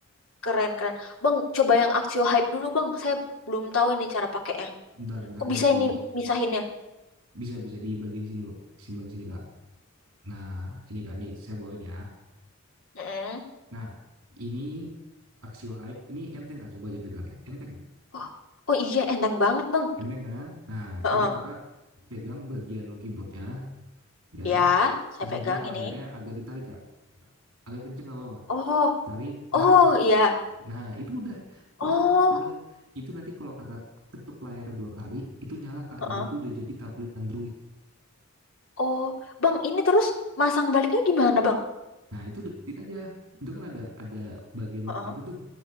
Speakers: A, on the left; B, on the right.
A: keren keren. Bang, coba yang Axio Hype dulu, Bang. Saya belum tahu ini cara pakainya.
B: bentar bentar
A: Kok
B: nih
A: bisa
B: di
A: ini misahinnya?
B: bisa bisa di bagian sini, di bagian sini Kak. Nah, ini Kak nih saya bawain ya.
A: Mm-mm.
B: Nah, ini Axio Hype, ini enteng Kak, coba aja pegang deh. Enteng ini.
A: Oh, oh iya, enteng banget, Bang.
B: Enteng kan? Nah,
A: Heeh.
B: coba Kakak pegang bagian keyboardnya ya.
A: Ya, saya
B: Terus
A: pegang
B: nanti yang layarnya
A: ini.
B: agak ditarik Kak. Agak kenceng nggak apa-apa.
A: Oh,
B: Tarik.
A: oh
B: Nah,
A: iya.
B: Nah, itu udah
A: Oh,
B: udah ke, udah itu nanti kalau Kakak ketuk layarnya dua kali, itu nyala Kak
A: heeh.
B: dan itu udah jadi tablet Android.
A: Oh, Bang, ini terus masang baliknya gimana, Bang?
B: Nah, itu deketin aja. Itu kan ada ada bagian
A: Heeh.
B: magnet tuh.